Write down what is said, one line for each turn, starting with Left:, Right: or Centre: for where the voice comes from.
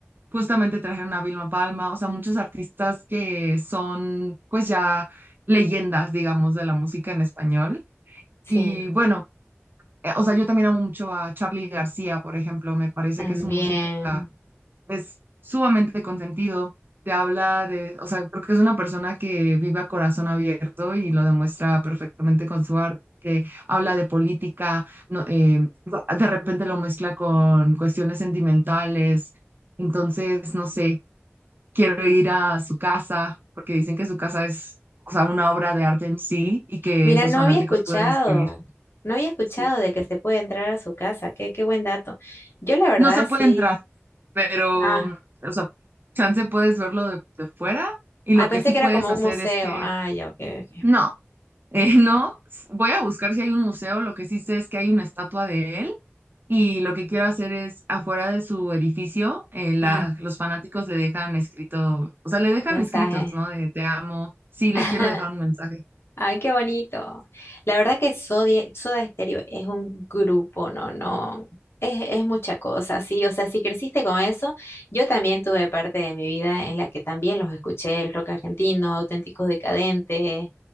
Right: justamente trajeron a Vilma Palma, o sea, muchos artistas que son pues ya leyendas, digamos, de la música en español.
Left: Sí,
Right: Y bueno, eh, o sea, yo también amo mucho a Charly García, por ejemplo, me parece
Left: también.
Right: que su música es sumamente consentido, te habla de, o sea, creo que es una persona que vive a corazón abierto y lo demuestra perfectamente con su arte. habla de política, no, eh, de repente lo mezcla con cuestiones sentimentales, entonces, no sé, quiero ir a su casa, porque dicen que su casa es, o sea, una obra de arte en sí y que
Left: Mira,
Right: sus
Left: no
Right: fanáticos
Left: había escuchado,
Right: pueden escribir.
Left: no había escuchado
Right: Sí,
Left: de que se puede entrar a su casa. Qué, qué buen dato. Yo la verdad
Right: no se puede
Left: sí.
Right: entrar pero,
Left: Ah,
Right: o sea, chance puedes verlo de, de fuera y
Left: ah,
Right: lo
Left: pensé
Right: que sí
Left: que
Right: puedes
Left: era como
Right: hacer
Left: un museo.
Right: es que,
Left: Ah, ya, ok, ok.
Right: no, eh, <laughs> no, s- voy a buscar si hay un museo, lo que sí sé es que hay una estatua de él y lo que quiero hacer es afuera de su edificio, eh, la-
Left: Ajá,
Right: los fanáticos le dejan escrito, o sea, le dejan
Left: un mensaje.
Right: escritos, ¿no? De te amo, sí, le
Left: <laughs>
Right: quiero dejar un mensaje.
Left: Ay, qué bonito. La verdad que Soda, Soda Stereo es un grupo, no, no, es, es mucha cosa, sí. O sea, si creciste con eso, yo también tuve parte de mi vida en la que también los escuché, el rock argentino, Auténticos Decadentes,